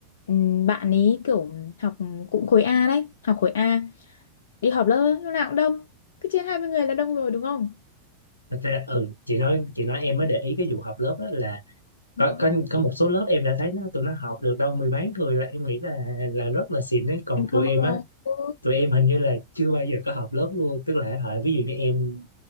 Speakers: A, on the left; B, on the left.
A: ừm, bạn ấy kiểu học cũng khối A đấy học khối A đi họp lớp á, lúc nào cũng đông cứ trên 20 người là đông rồi đúng không
B: thật ra ừ chị nói chị nói em mới để ý cái vụ học lớp á, là có,
A: Ừ,
B: có có một số lớp em đã thấy nó tụi nó học được đâu mười mấy người là em nghĩ là là rất là xịn đấy còn
A: thành
B: tụi
A: công
B: em
A: rồi
B: á
A: ừ.
B: tụi em hình như là chưa bao giờ có học lớp luôn tức là hả, ví dụ như em